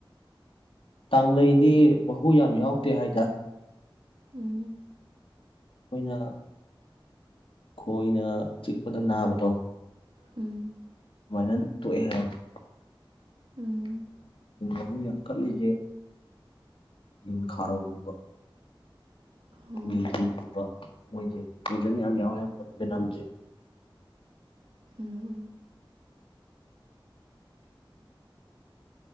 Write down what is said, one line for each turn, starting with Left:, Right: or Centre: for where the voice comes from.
Left: ꯇꯥꯡꯂꯩꯗꯤ ꯃꯍꯨ ꯌꯥꯝ ꯌꯥꯎꯗꯦ ꯍꯥꯏꯗ
Right: ꯎꯝ
Left: ꯑꯩꯣꯏꯅ ꯈꯣꯏꯅ ꯆꯤꯛꯄꯗ ꯅꯥꯕꯗꯣ
Right: ꯎꯝ
Left: ꯑꯗꯨꯃꯥꯏꯅ ꯇ ꯊꯣꯛꯑꯦ ꯍꯥꯏꯔꯁꯨ
Right: ꯎꯝ
Left: ꯑꯗꯨ ꯌꯥꯝ ꯀꯠꯂꯤꯒꯦ ꯟ ꯈꯥꯔꯧꯒꯨꯝꯕ
Right: ꯍꯣ
Left: ꯜꯇ ꯀꯄ ꯑꯣꯏꯗꯦ ꯑꯣꯏꯣꯏꯖꯟ ꯌꯥꯝ ꯌꯥꯎꯋꯦ ꯌꯥꯝ ꯅꯝꯁꯦ
Right: ꯎꯝ